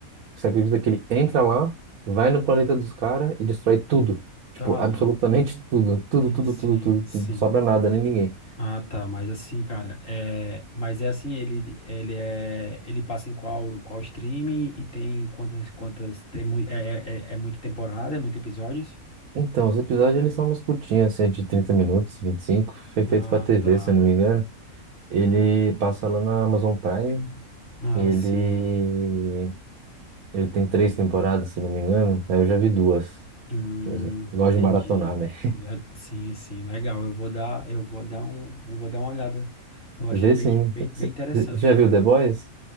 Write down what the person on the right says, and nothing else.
você acredita que ele entra lá, vai no planeta dos caras e destrói tudo. Tipo,
absolutamente
tudo. Tudo,
tudo,
tudo, tudo,
tudo. Não sobra nada, nem ninguém.
Então, os episódios eles são umas curtinhas, assim, de 30 minutos, 25 foi
feito pra TV,
se eu não me engano. Ele passa lá na Amazon Prime.
e Ele,
ele tem três temporadas, se não me engano. Aí eu já vi duas.
Eu gosto
de maratonar, né?
Vê
sim.
Você
já viu The Boys?